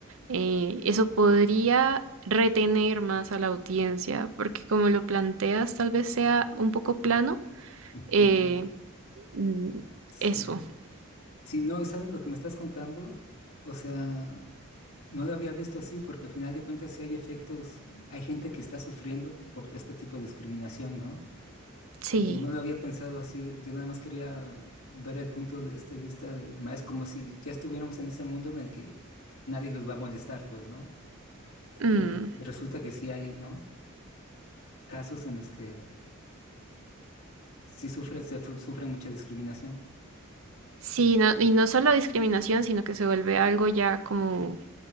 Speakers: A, on the right (about 65°); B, on the left (about 85°).
A: Eh, eso podría retener más a la audiencia, porque como lo planteas, tal vez sea un poco plano.
B: Ujú,
A: Eh, mm,
B: Sí.
A: eso,
B: Sí, no, ¿sabes lo que me estás contando? O sea, no lo había visto así porque al final de cuentas sí hay efectos, hay gente que está sufriendo por este tipo de discriminación, ¿no?
A: sí.
B: Y yo no lo había pensado así, yo nada más quería ver el punto de este vista del maestro, como si ya estuviéramos en ese mundo en el que nadie los va a molestar, pues, ¿no?
A: Mm.
B: Y y resulta que sí hay, ¿no? Casos en los que sí sufre, se fu- sufre mucha discriminación.
A: Sí, no- y no solo discriminación, sino que se vuelve algo ya como